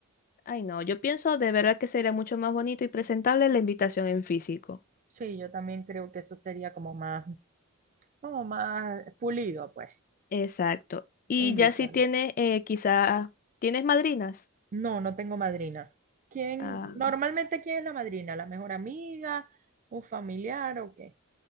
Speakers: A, on the left; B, on the right.
A: Ay, no, yo pienso de verdad que sería mucho más bonito y presentable la invitación en físico.
B: Sí, yo también creo que eso sería como más, como más pulido, pues.
A: Exacto. Y
B: E invitarla.
A: ya si tienes, eh, quizás, ¿tienes madrinas?
B: No, no tengo madrina. ¿Quién?
A: Ah,
B: Normalmente, ¿quién es la madrina? ¿La mejor amiga? ¿Un familiar o qué?